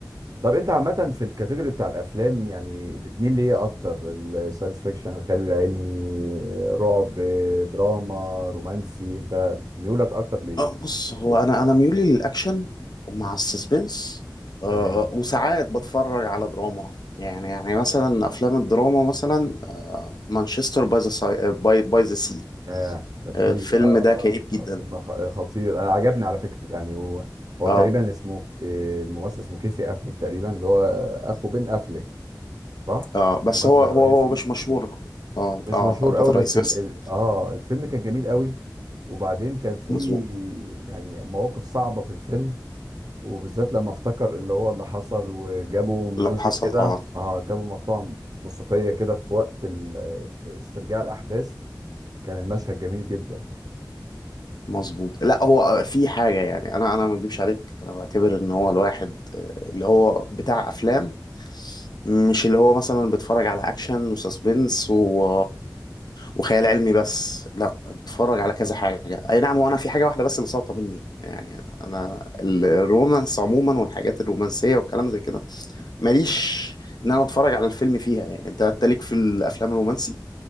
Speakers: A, on the right (about 60°); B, on the left (about 70°).
A: طب انت عامة في الكاتيجوري بتاع الافلام يعني بتميل ليه اكتر الساينس فيكشن الخيال العلمي رعب دراما رومانسي انت ميولك اكتر ليه
B: آه، بص هو انا انا ميولي للاكشن مع السسبنس آه،
A: تمام
B: وساعات بتفرج على دراما يعني يعني مثلا افلام الدراما مثلا آه، مانشستر باي ذا باي باي ذا سي
A: اه كان في
B: آه، الفيلم
A: اه
B: ده
A: اه
B: كئيب جدا
A: آه، فيلم خ- خطير انا عجبني على فكرة يعني هو هو
B: اه
A: تقريبا اسمه ك- آه، الممثل اسمه كيسي افليك تقريبا اللي هو اخو بن افليك صح
B: اه بس
A: الممثل
B: هو
A: الرئيسي
B: هو هو مش مشهور اه
A: مش
B: اه
A: مشهور
B: البطل
A: قوي
B: الرئيسي
A: بس ال...
B: بس
A: ال... اه الفيلم كان جميل قوي وبعدين كان في
B: مظبوط
A: يعني مواقف صعبة في الفيلم وبالذات لما افتكر اللي هو اللي حصل وجابوا ميوزك
B: اللي حصل
A: كده
B: اه
A: اه جابوا مقطوعة موسيقية كده في وقت ال- آه، استرجاع الأحداث كان المشهد جميل جدا يعني
B: مظبوط لا هو آه، في حاجه يعني انا انا ما اكدبش عليك انا بعتبر ان هو الواحد آه، اللي هو بتاع افلام مش اللي هو مثلا بتفرج على اكشن وساسبنس و... وخيال علمي بس لا بتفرج على كذا حاجه اي نعم وانا في حاجه واحده بس اللي ساقطه مني يعني انا ال- الرومانس عموما والحاجات الرومانسيه والكلام زي كده ماليش ان انا اتفرج على الفيلم فيها يعني انت أنت ليك في الافلام الرومانسي